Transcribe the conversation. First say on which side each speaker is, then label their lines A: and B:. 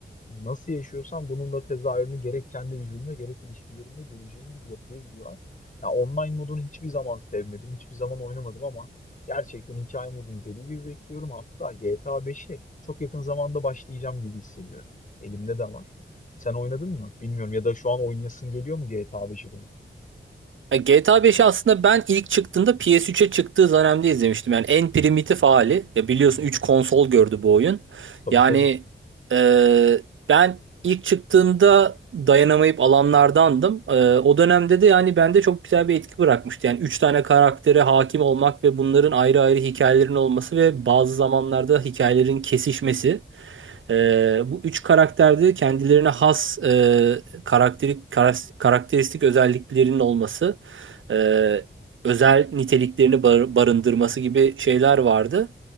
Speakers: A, on the left; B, on the right.
A: nasıl yaşıyorsan bunun da tezahürünü gerek kendi vücudunda gerek ilişkilerinde göreceğin bir yapıya gidiyorlar. Ya online modunu hiçbir zaman sevmedim, hiçbir zaman oynamadım ama gerçekten hikaye modunu deli gibi bekliyorum. Hatta GTA 5'e çok yakın zamanda başlayacağım gibi hissediyorum. Elimde de var. Sen oynadın mı? Bilmiyorum ya da şu an oynayasın geliyor mu GTA 5'e dönüp?
B: Ya GTA 5'i aslında ben ilk çıktığında PS3'e çıktığı dönemde izlemiştim. Yani en primitif hali. Ya biliyorsun
A: Hı hı.
B: 3 konsol gördü bu oyun.
A: Tabii
B: Yani
A: tabii.
B: e, ben ilk çıktığında dayanamayıp alanlardandım. E, o dönemde de yani bende çok güzel bir etki bırakmıştı. Yani 3 tane karaktere hakim olmak ve bunların ayrı ayrı hikayelerinin olması ve bazı zamanlarda hikayelerin kesişmesi. Ee, bu üç karakterde kendilerine has e, karakteri- karas- karakteristik özelliklerinin olması, e, özel niteliklerini bar- barındırması gibi şeyler vardı.